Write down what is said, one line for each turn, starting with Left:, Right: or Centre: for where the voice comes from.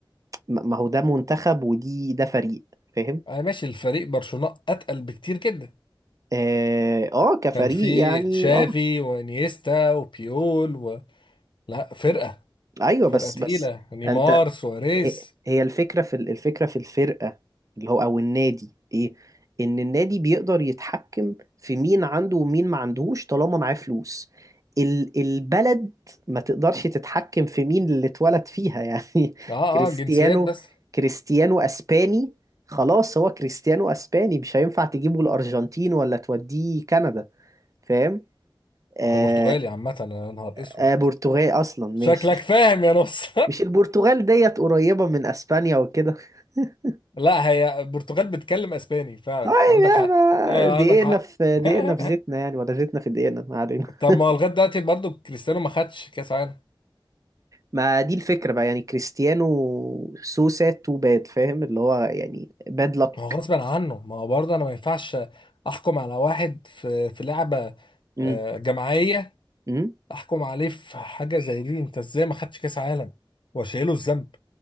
Right: ما ما هو ده منتخب ودي ده فريق فاهم
Left: انا ماشي الفريق برشلونه اتقل بكتير جدا
Right: اه آه، كفريق
Left: كان في
Right: يعني
Left: تشافي
Right: اه
Left: وانيستا وبيول و... لا فرقه
Right: ايوه
Left: فرقة
Right: بس
Left: تقيلة
Right: بس
Left: نيمار
Right: انت
Left: سواريز
Right: هي هي الفكرة في الفكرة في الفرقة اللي هو أو النادي إيه؟ إن النادي بيقدر يتحكم في مين عنده ومين ما عندهوش طالما معاه فلوس ال- البلد ما تقدرش تتحكم في مين اللي اتولد فيها <laughs> يعني
Left: اه
Right: كريستيانو
Left: اه جنسيات بس
Right: كريستيانو أسباني خلاص هو كريستيانو أسباني مش هينفع تجيبه الأرجنتين ولا توديه كندا فاهم؟ آه
Left: هو برتغالي عامة يا نهار
Right: آه
Left: اسود
Right: برتغال أصلا ماشي
Left: شكلك فاهم يا نص
Right: مش البرتغال ديت قريبة من أسبانيا وكده <laughs>
Left: <laughs> لا هي البرتغال بتتكلم اسباني فعلا
Right: طيب
Left: عندك حق
Right: يا ما
Left: آه
Right: دقيقنا
Left: عندك حق
Right: في
Left: <laughs>
Right: دقيقنا في زيتنا يعني ولا زيتنا في دقيقنا ما علينا
Left: طب
Right: <laughs>
Left: ما هو لغايه دلوقتي برضه كريستيانو ما خدش كاس عالم
Right: ما دي الفكرة بقى يعني كريستيانو سو ساد تو باد فاهم اللي هو يعني باد لك
Left: ما هو غصب عنه ما هو برضه انا ما ينفعش احكم على واحد في في لعبه
Right: امم
Left: آه، جماعيه
Right: امم
Left: احكم عليه في حاجه زي دي انت ازاي ما خدش كاس عالم واشيله الذنب